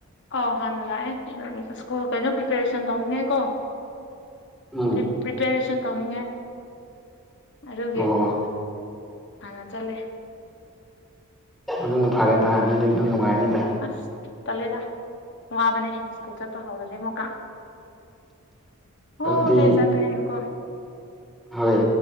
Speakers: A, on the left; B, in the centre.
A: ꯑꯧ ꯍꯥꯟꯅ ꯂꯥꯛꯑꯦ ꯁ꯭ꯀꯨꯜ ꯀꯩꯅꯣ ꯄ꯭ꯔꯤꯄꯦꯔꯦꯁꯟ ꯇꯧꯅꯤꯡꯉꯥꯏꯀꯣ
B: ꯎꯝ
A: ꯄ꯭ꯔꯤ ꯄ꯭ꯔꯤꯄꯦꯔꯦꯁꯟ ꯇꯧꯅꯤꯉꯥꯏ ꯑꯗꯨꯒꯤ
B: ꯑꯣ ꯑꯣ
A: ꯍꯥꯟꯅ ꯆꯠꯂꯦ
B: ꯑꯗꯨꯅ ꯐꯔꯦꯗ ꯍ ꯅꯣꯏꯗꯤ ꯑꯗꯨꯝ ꯅꯨꯡꯉꯥꯏꯅꯤꯗ
A: ꯑꯁ ꯇꯜꯂꯦꯗ ꯋꯥꯕꯅꯦ ꯁꯀꯨꯜ ꯆꯠꯄ ꯍꯥꯎꯔꯗꯤ ꯑꯃꯨꯛꯀ ꯍꯣꯜꯗꯦ
B: ꯑꯗꯨꯗꯤ
A: ꯆꯠꯄꯅꯤꯅꯀꯣ
B: ꯍꯣꯏ